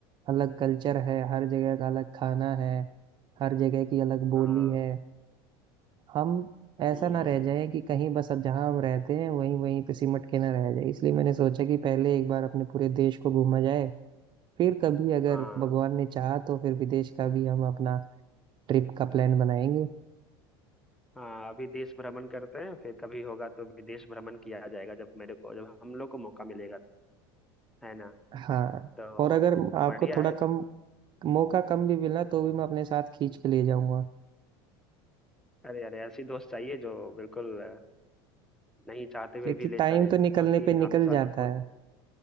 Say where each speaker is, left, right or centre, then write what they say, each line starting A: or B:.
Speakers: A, on the right; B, in the centre.
A: अलग कल्चर है हर जगह का अलग खाना है हर जगह की अलग बोली
B: हाँ
A: है हम ऐसा
B: हम्म
A: ना रह
B: हम्म,
A: जाए कि कहीं बस अब जहाँ हम रहते हैं वहीं वहीं पे सिमट के ना रह जाए इसलिए मैंने सोचा कि पहले एक बार अपने पूरे देश को घूमा जाए फिर कभी अगर
B: हाँ
A: भगवान ने चाहा तो फिर विदेश का भी हम अपना ट्रिप का प्लान बनाएंगे
B: हाँ अभी देश भ्रमण करते हैं फिर कभी होगा तो विदेश भ्रमण किया जाएगा जब मेरे को जब हम लोग को मौका मिलेगा तो है ना
A: हाँ
B: तो
A: और अगर आपको
B: बढ़िया
A: थोड़ा
B: है
A: कम मौका कम भी मिला तो भी मैं अपने साथ खींच के ले जाऊंगा
B: अरे अरे ऐसी दोस्त चाहिए जो बिल्कुल अ, नहीं चाहते हुए
A: क्योंकि
B: भी ले
A: टाइम
B: चले
A: तो
B: क्योंकि
A: निकलने पे निकल
B: हमेशा
A: जाता
B: तो खु-
A: है